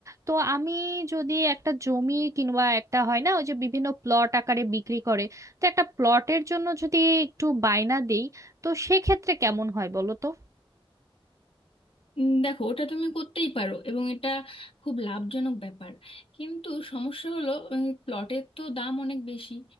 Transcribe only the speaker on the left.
উম, দেখো ওটা তুমি করতেই পারো এবং এটা খুব লাভজনক ব্যাপার কিন্তু সমস্যা হলো ওই প্লটের তো দাম অনেক বেশি